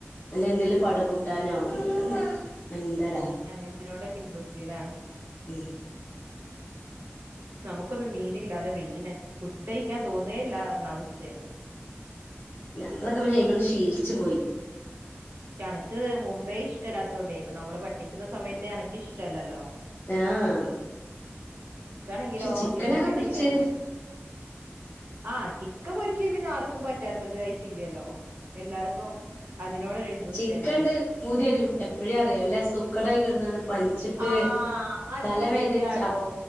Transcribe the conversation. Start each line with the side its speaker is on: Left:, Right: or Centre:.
Left: നല്ല എന്തേലും പട് കൂ ട്ടാനൊ അതൊകണ്ടാവും എന്തടാ
Right: അങ്ങൻതിനോടക്ക ഇൻട്രസ്റ്റ്ലേ
Left: ഉം
Right: നമുക്കൊന്നും മീനില്ലാതെ വെയ്യനെ ഫുഡ്ഡയിക്കാൻ തോന്നേയില്ല അർഞ അസ്ഥേണ്
Left: ഞങ്ങളൊക്ക പിന്നയ്മന്ന് ശീലിച്ച് പോയി
Right: പക്ഷെ അണക്ക് മുമ്പേ ഇഷ്ടല്ലാത്തോണ്ടെ ഇപ്പ നമ്മള് പഠിക്ക്ന്ന സമയത്തെ അനക്ക് ഇഷ്ട്ല്ലല്ലൊ
Left: ആഹ്
Right: ഇൻക്കാണെങ്കിലോ
Left: പക്ഷെ ചിക്കനൊക്കെ
Right: എവടാണെങ്കിലോ
Left: പൊരിച്ച്
Right: ആഹ് ചിക്കൻ പൊരിച്ച് പിന്നെ ആർക്കും പറ്റാത്തത് ആയിട്ടില്ലല്ലോ എല്ലാർക്കും അതിനോടൊരു ഇൻട്രസ്റ്റ്
Left: ചിക്കൻണ്ട്
Right: അല്ലേ
Left: പൂതി വരും എപ്പഴ് അറിയോ വല്ലസൂക്കടായി കടന്ന പൻച്ച്ട്ട്
Right: ആഹ് അത്
Left: തലവേദനിച്ച
Right: ശരിയാടോ
Left: അ